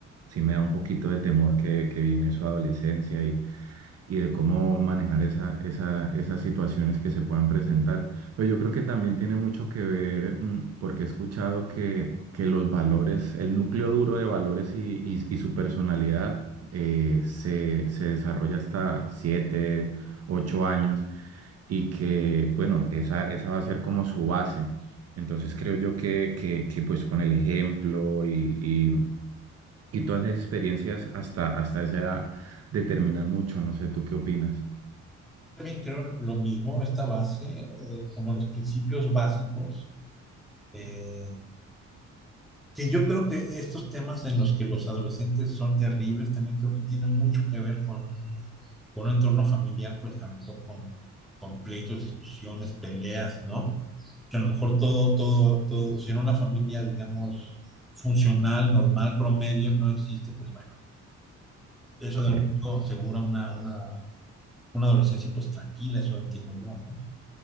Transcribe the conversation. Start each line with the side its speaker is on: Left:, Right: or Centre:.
Right: sí me da un poquito de temor que, que viene su adolescencia y y de cómo manejar esa, esa- esas situaciones que se puedan presentar. Pero yo creo que también tiene mucho que ver, mm, porque he escuchado que, que los valores, el núcleo duro de valores y, y- y su personalidad eh, se, se desarrolla hasta siete, ocho años y que, bueno, esa, esa va a ser como su base. Entonces creo yo que, que, que pues con el ejemplo y, y, y todas las experiencias hasta, hasta esa edad determinan mucho. No sé, ¿tú qué opinas?
Centre: Yo también creo lo mismo, esta base, eh, como los principios básicos, eh, que yo creo que estos temas en los que los adolescentes son terribles, también creo que tienen mucho que ver con, con un entorno familiar, pues a lo mejor con, con pleitos, discusiones, peleas, ¿no? Que a lo mejor todo, todo, todo, si en una familia, digamos, funcional, normal, promedio, no existe, pues bueno, Eso
Right: Cor-
Centre: de algún modo asegura una, una, una adolescencia pues tranquila, eso entiendo yo, ¿no?